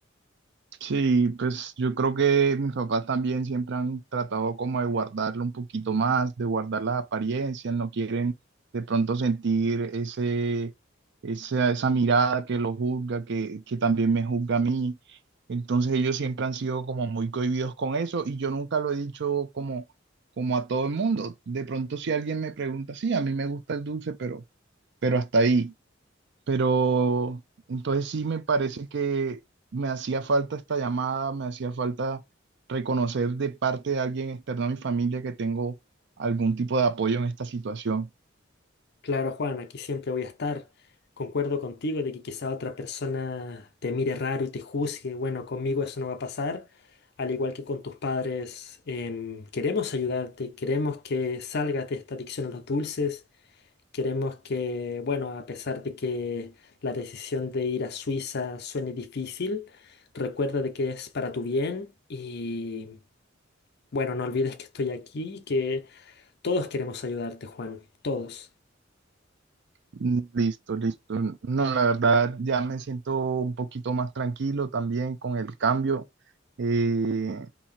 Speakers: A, on the right; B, on the left.
A: Sí, pues yo creo que mis papás también siempre han tratado como de guardarlo un poquito más, de guardar las apariencias, no quieren de pronto sentir ese, esa, esa mirada que lo juzga, que, que también me juzga a mí. Entonces ellos siempre han sido como muy cohibidos con eso y yo nunca lo he dicho como, como a todo el mundo. De pronto si alguien me pregunta, sí, a mí me gusta el dulce, pero, pero hasta ahí. Pero entonces sí me parece que me hacía falta esta llamada, me hacía falta reconocer de parte de alguien externo a mi familia que tengo algún tipo de apoyo en esta situación.
B: Claro, Juan, aquí siempre voy a estar. Concuerdo contigo de que quizá otra persona te mire raro y te juzgue. Bueno, conmigo eso no va a pasar. Al igual que con tus padres, em, queremos ayudarte, queremos que salgas de esta adicción a los dulces. Queremos que, bueno, a pesar de que la decisión de ir a Suiza suene difícil, recuerda de que es para tu bien y, bueno, no olvides que estoy aquí y que todos queremos ayudarte, Juan, todos.
A: Mm, Listo, listo. No, la verdad ya me siento un poquito más tranquilo también con el cambio. Eh,